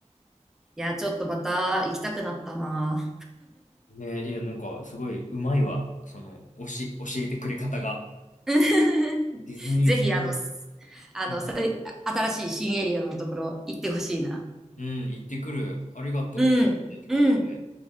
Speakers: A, in the centre; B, on the left.
A: いや、ちょっとまた行きたくなったな。
B: ね、いや、なんか、すごい、うまいわ。その、おし、教えてくれ方が。
A: <laughs>
B: ディズニー好きに、
A: ぜひ、あの、すあの、
B: うん、
A: さ新しい新エリアのところ行ってほしいな。
B: うん、行ってくる。ありがとう。
A: うん、
B: 教えてくれて。
A: うん。